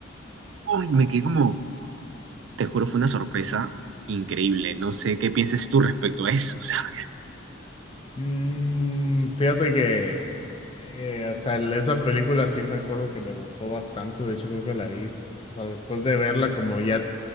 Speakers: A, on the right (about 70°); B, on the left (about 25°).
A: uy, me quedé como, te juro, fue una sorpresa increíble. No sé qué pienses tú respecto a eso, ¿sabes?
B: Mm, fíjate que, eh, o sea, el- esa película sí me acuerdo que me gustó bastante. De hecho, creo que la vi, o sea, después de verla, como ya